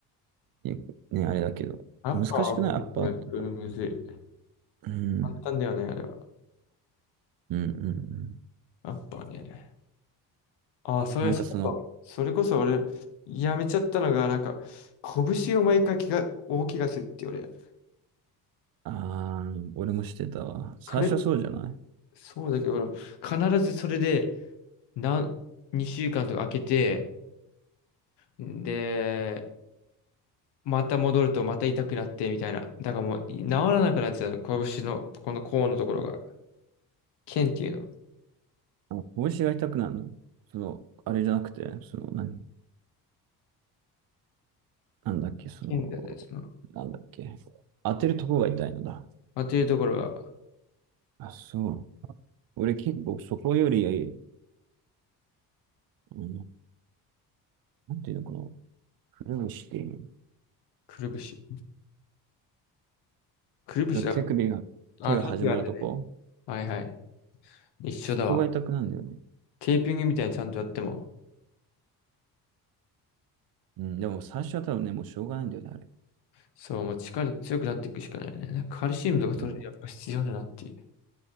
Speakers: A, on the right; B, on the left.
A: いやね、あれだけど。
B: アッパーはむずいな、
A: 難しくないアッパーとか。
B: うんむずい。
A: うん。
B: 簡単だよね、あれは。
A: うんうんうん。
B: アッパーね。ああ、それ、
A: なんかその、
B: そそれこそ俺、やめちゃったのが、なんか、拳を毎回気が、大怪我するって俺、
A: あー、俺もしてたわ。最初はそうじゃない
B: 彼、そうだけど、俺必ずそれで、なん、2週間とか空けて、で、また戻るとまた痛くなってみたいな。だからもう、治らなくなっちゃうの。拳の、ここの甲のところが、腱っていうの。
A: あの拳が痛くなるの。その、あれじゃなくて、その、なんなんだっけ、その、
B: 腱だよね、その。
A: なんだっけ。当てるとこが痛いのだ。
B: まあ、というところが、
A: あ、そう。俺結構そこより、あの、なんていうのかな、くるぶしっていう
B: くるぶし。くるぶしだ。
A: の。手首が、
B: ああ、
A: 手が始まるとこ、
B: タイガーでね。はいはい。一緒だわ。
A: そこが痛くなるんだよね。
B: テーピングみたいにちゃんとやっても。
A: うん、でも最初は多分ね、もうしょうがないんだよね、あれ。
B: そう、もう力強くなっていくしかないね。なんかカルシウムとか取れてやっぱ必要だなっていう。
A: そう、